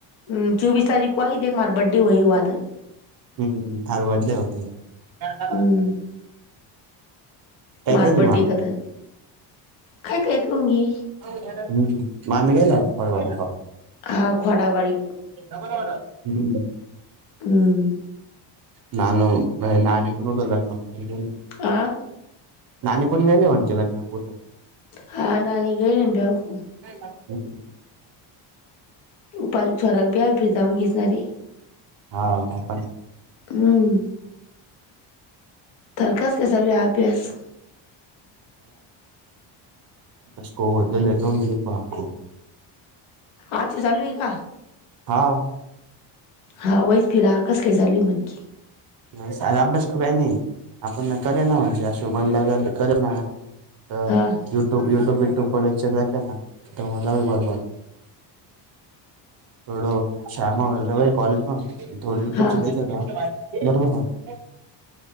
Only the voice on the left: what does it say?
ह्म्म चोवीस तारीख को आयि देख मार बड्डे व्हय वाद-
हम्म,
मार
बर्थडे
का दिन काय काय कहूंगी
हा खोडाबाली
हम्म,
अं
हा नानी गेली ना ब्यव कु-
उपालछोराला प्या फिर जाऊन घेसणारी
हम्म.... तर कसा चालुये अभ्यास
अच्छा चालू हे का-
हा वईस फिलहाल कसंले चालुये मन की-
हा
हा